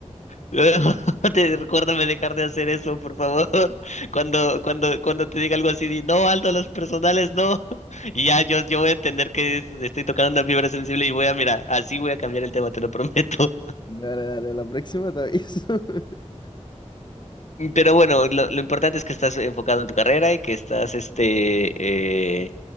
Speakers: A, on the left; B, on the left.
A: <laughs> Te, recuérdame dejar de hacer eso, por favor. <laughs> Cuando, cuando, cuando te diga algo así, di, no, Aldo, los personales, no. <laughs> Y ya yo, yo voy a entender que es- estoy tocando una fibra sensible y voy a, mira, así voy a cambiar el tema, te lo <laughs> prometo.
B: Dale, dale, a la próxima te aviso. <laughs>
A: Pero bueno, lo, lo importante es que estás enfocado en tu carrera y que estás, este, eh,